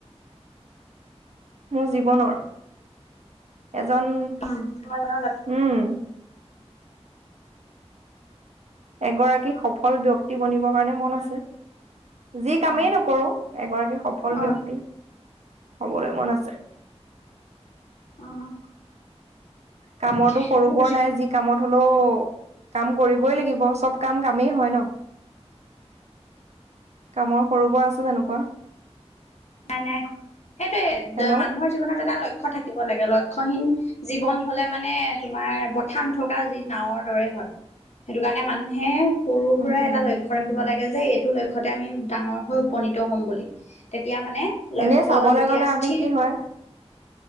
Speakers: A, on the right; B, on the left.
A: মোৰ জীৱনৰ এজন
B: উম তোমাৰ জীৱনৰ লক্ষ্য
A: উম এগৰাকী সফল ব্যক্তি বনিবৰ কাৰণে মন আছে যি কামেই
B: অ
A: নকৰো এগৰাকী সফল
B: উম
A: ব্যক্তি হবলৈ মন আছে।
B: উম
A: কামৰটো
B: তাকে
A: সৰু
B: মোৰ
A: বৰ
B: জীৱ
A: নাই যি কামত হলেও কাম কৰিবই লাগিব চব কাম কামেই হয় ন কামৰ সৰু বৰ আছে যানো কোৱা
B: নাই নাই সেইটোয়ে
A: হেল্ল'।
B: মানুহৰ জীৱনত এটা লক্ষ্য থাকে থাকিব লাগে লক্ষ্যহীন জীৱন হলে মানে তোমাৰ বথা নথকা যি নাওঁৰ দৰে হয় সেইটো কাৰণে মানুহে সৰুৰ পৰাই
A: উম
B: এটা
A: উম
B: লক্ষ্য ৰাখিব লাগে যে এইটো লক্ষ্যতে আমি ডাঙৰ হৈ উপনীত হ'ম বুলি তেতিয়া মানে লক্ষ্য
A: এনেই চাবলৈ
B: যেতিয়া
A: গ'লে
B: স্থিৰ
A: আমি কি হয়